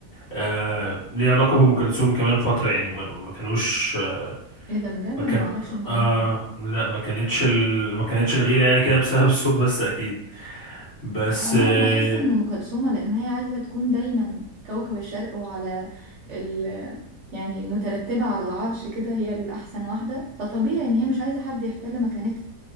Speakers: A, on the left; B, on the right.
A: آه ليه علاقه بام كلثوم كمان فتره يعني ما ما كانوش آه،
B: ايه ده بجد انا
A: ما كان
B: معرفش المعلومه
A: آه لا ما كانتش ال... ما كانتش الغيره يعني كده بسبب الصوت بس اكيد بس
B: عموما
A: آه
B: بحس ان ام كلثوم لان هي عايزه تكون دايما كوكب الشرق وعلى ال يعني مترتبه على العرش كده هي الاحسن واحده فطبيعي ان هي مش عايزه حد يحتل مكانتها